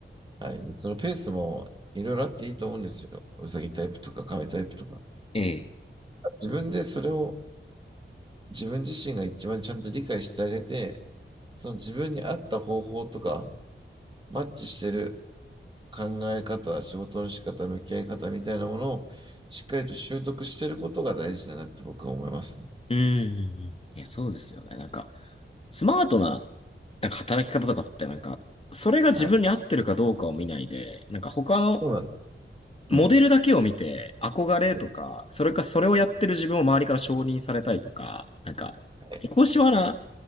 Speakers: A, on the right (about 20°); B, on the left (about 30°).
A: はい。そのペースもいろいろあっていいと思うんですよ。うさぎタイプとか亀タイプとか。
B: ええ。
A: 自分でそれを自分自身が一番ちゃんと理解してあげて、その自分に合った方法とか、マッチしてる考え方、仕事の仕方、向き合い方みたいなものをしっかりと習得していることが大事だなって僕は思いますね。
B: うん、うんうん。いや、そうですよね。なんか、スマートな、なんか働き方とかって、なんか、それが自分に合ってるかどうかを見ないで、
A: はい。
B: なんか他の
A: そうなんです。
B: モデルだけを見て憧れとか、
A: うん。そう
B: それかそれをやってる自分を周りから承認されたいとか、なんか、
A: はい、
B: エコシワな